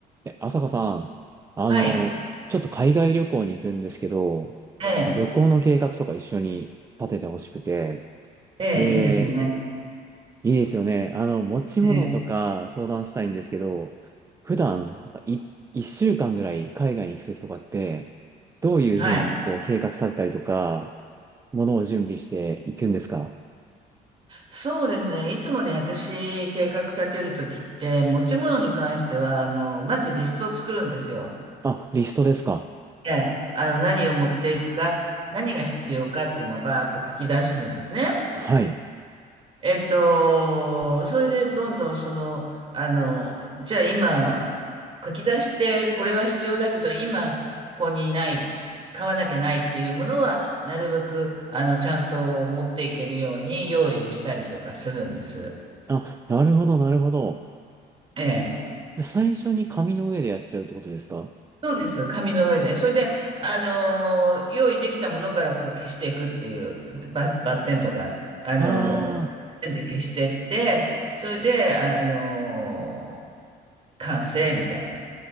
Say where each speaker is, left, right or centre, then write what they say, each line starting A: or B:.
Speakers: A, on the right; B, on the right.
A: え、朝子さん、あの、
B: はい。
A: ちょっと海外旅行に行くんですけど、
B: ええ、
A: 旅行の計画とか一緒に立ててほしくて、
B: ええ、
A: で、
B: いいですね。
A: いいですよね。あの、持ち物とか相談したいんですけど、
B: ええ、
A: 普段、い、一週間ぐらい海外に行くときとかって、どういうふうにこう計画立てたりとか、
B: はい。
A: ものを準備していくんですか
B: そうですね。いつもね、私、計画立てるときって、持ち物に関しては、あの、まずリストを作るんですよ。
A: あ、リストですか
B: ええ、あの、何を持っていくか、何が必要かっていうのをバーッと書き出すんですね。
A: はい。
B: えっと、それでどんどんその、あの、じゃあ今、書き出してこれは必要だけど、今ここにない、買わなきゃないっていうものは、なるべく、あの、ちゃんと持っていけるように用意をしたりとかするんです。
A: あ、なるほど、なるほど。
B: ええ。
A: で最初に紙の上でやっちゃうってことですか
B: そうです。紙の上で。それで、あの、用意できたものからこう消していくっていう、バ、バッテンとか、あの、
A: ああー。
B: ペンで消してって、それで、あの、完成みたいな。